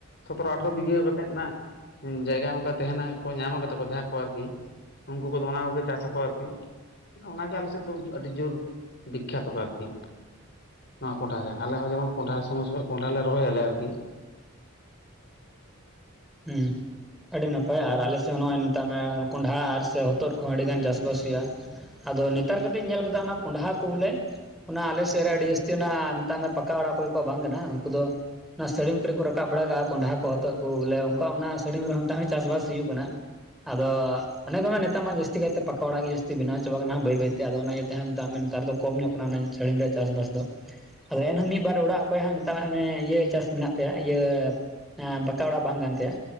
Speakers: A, on the left; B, in the centre.
A: ᱥᱚᱛᱨᱚ ᱟᱴᱷᱨᱚ ᱵᱤᱜᱷᱟᱹ ᱠᱟᱛᱮᱫ ᱱᱟᱜ ᱡᱟᱭᱜᱟ ᱚᱱᱠᱟ ᱛᱟᱦᱮᱱᱟ ᱠᱚ ᱧᱟᱢ ᱠᱟᱫᱟ ᱠᱚ ᱡᱟᱦᱟᱸ ᱠᱚ ᱟᱨᱠᱤ ᱩᱱᱠᱩ ᱠᱚᱫᱚ ᱚᱱᱟ ᱠᱚᱜᱮ ᱪᱟᱥᱟ ᱟᱠᱚ ᱟᱨᱠᱤ ᱚᱱᱟᱜᱮ ᱟᱞᱮᱥᱮᱫ ᱫᱚ ᱟᱹᱰᱤ ᱡᱩᱨ ᱵᱤᱠᱠᱷᱟᱛᱚ ᱠᱚ ᱟᱨᱠᱤ ᱱᱚᱣᱟ ᱠᱚᱸᱰᱷᱟ ᱨᱮ ᱟᱞᱮ ᱦᱚᱸ ᱡᱮᱢᱚᱱ ᱠᱚᱸᱰᱷᱟ ᱥᱚᱢᱚᱭ ᱥᱚᱢᱚᱭ ᱠᱚᱸᱰᱷᱟᱞᱮ ᱨᱚᱦᱭᱟᱮ ᱟᱨᱠᱤ
B: ᱦᱩᱸ ᱟᱹᱰᱤ ᱱᱟᱯᱟᱭ ᱟᱨ ᱟᱞᱮᱥᱮᱫ ᱦᱚᱸ ᱱᱚᱜᱼᱚᱭ ᱢᱮᱛᱟᱜ ᱢᱮ ᱠᱚᱸᱰᱷᱟ ᱟᱨ ᱥᱮ ᱦᱚᱛᱚᱫ ᱠᱚᱦᱚᱸ ᱟᱹᱰᱤᱜᱟᱱ ᱪᱟᱥᱵᱟᱥ ᱦᱩᱭᱩᱜᱼᱟ ᱟᱫᱚ ᱱᱮᱛᱟᱨ ᱜᱮᱯᱮ ᱧᱮᱞ ᱠᱟᱫᱟ ᱚᱱᱟ ᱠᱚᱸᱰᱟ ᱠᱚ ᱵᱚᱞᱮ, ᱚᱱᱟ ᱟᱞᱮ ᱥᱮᱫ ᱨᱮ ᱟᱹᱰᱤ ᱡᱟᱹᱥᱛᱤ ᱚᱱᱟ ᱱᱮᱛᱟᱨ ᱱᱟᱜ ᱯᱟᱠᱟ ᱚᱲᱟᱜ ᱚᱠᱚᱭ ᱠᱚᱣᱟᱜ ᱵᱟᱝ ᱠᱟᱱᱟ ᱩᱱᱠᱩ ᱫᱚ ᱚᱱᱟ ᱥᱟᱹᱲᱤᱢ ᱠᱚᱨᱮ ᱠᱚ ᱨᱟᱠᱟᱵ ᱵᱟᱲᱟ ᱠᱟᱜᱼᱟ ᱠᱚᱸᱰᱦᱟ ᱠᱚ ᱦᱚᱛᱚᱫ ᱨᱮ ᱠᱚ ᱵᱚᱞᱮ, ᱚᱱᱟ ᱥᱟᱹᱲᱤᱢᱨᱚᱝ ᱦᱚᱸ ᱪᱟᱥᱵᱟᱥ ᱦᱩᱭᱩᱜ ᱠᱟᱱᱟ, ᱟᱫᱚ ᱚᱱ ᱠᱚ ᱢᱟ ᱱᱮᱛᱟᱜ ᱡᱟᱥᱛᱤ ᱠᱟᱭᱛᱮ ᱯᱟᱠᱟ ᱚᱲᱟᱜ ᱜᱮ ᱡᱟᱹᱛᱤ ᱵᱮᱱᱟᱣ ᱪᱟᱵ ᱠᱟᱱᱟ ᱵᱟᱹᱭᱛᱮ ᱵᱟ. ᱭᱛᱮ ᱟᱫᱚ ᱤᱭᱟᱹᱛᱮ ᱱᱮᱛᱟᱨ ᱢᱟ ᱠᱚᱢ ᱧᱚᱜ ᱥᱟᱹᱲᱤᱢ ᱨᱮᱭᱟᱜ ᱪᱟᱥᱵᱟᱥ ᱫᱚ ᱟᱫᱚ ᱮᱱᱦᱚᱸ ᱢᱤᱫ ᱵᱟᱨ ᱚᱲᱟᱜ ᱚᱠᱚᱭ ᱦᱚᱸ ᱢᱮᱛᱟᱜᱟᱜ ᱚᱱᱮ ᱤᱭᱟᱹ ᱪᱟᱥ ᱢᱮᱱᱟᱜ ᱛᱟᱭᱟ ᱤᱭᱟᱹ ᱯᱟᱠᱟ ᱚᱲᱟᱜ ᱵᱟᱝ ᱠᱟᱱ ᱛᱟᱭᱟ᱾